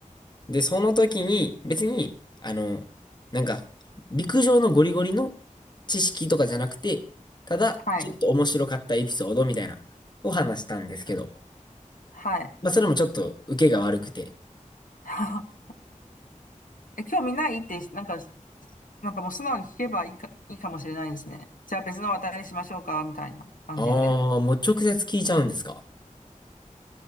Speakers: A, on the left; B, on the left.
A: で、その時に、別に、あの、なんか、陸上のゴリゴリの知識とかじゃなくて、ただ、
B: はい。
A: ちょっと面白かったエピソードみたいな、を話したんですけど、
B: はい。
A: まあ、それもちょっと受けが悪くて、
B: <laughs> え、興味ないって、なんか、なんかもう素直に聞けばいいか、いいかもしれないですね。じゃあ別の話題にしましょうか、みたいな感じで。
A: ああ、もう直接聞いちゃうんですか